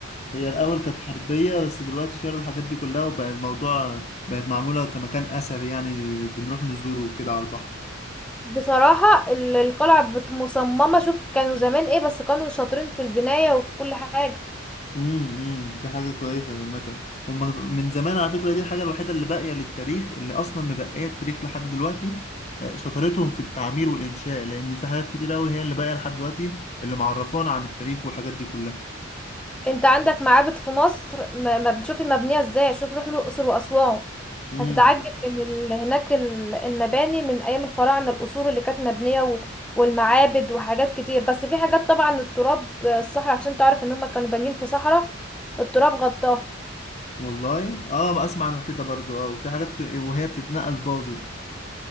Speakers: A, on the left; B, in the centre.
A: هي الاول كانت حربيه بس دلوقتي شالوا الحاجات دي كلها وبقى الموضوع بقت معموله كمكان اثري يعني بنروح نزوره وكده على البحر
B: بصراحة ال- القلعة بت- مصممة شوف كانوا زمان ايه بس كانوا شاطرين في البناية وفي كل حاجة
A: امم امم. دي حاجة كويسة عامة هما من زمان على فكرة دي الحاجة الوحيدة اللي باقية للتاريخ اللي أصلا مبقية التاريخ لحد دلوقتي آه، شطارتهم في التعمير والإنشاء لأن في حاجات كتير أوي هي اللي باقية لحد دلوقتي اللي معرفانا عن التاريخ والحاجات دي كلها
B: انت عندك معابد في مصر ما ما بتشوفي مبنية ازاي شوف روح الأقصر وأسوان
A: امم
B: هتتعجب من ال... هناك ال- المباني من أيام الفراعنة القصور اللي كانت مبنية وال- والمعابد وحاجات كتير بس في حاجات طبعا التراب الصحراء عشان تعرف ان هم كانوا بانيين في صحراء التراب غطاه
A: والله اه ما اسمع عن كده برضو اه وفي حاجات ك- وهي بتتنقل باظت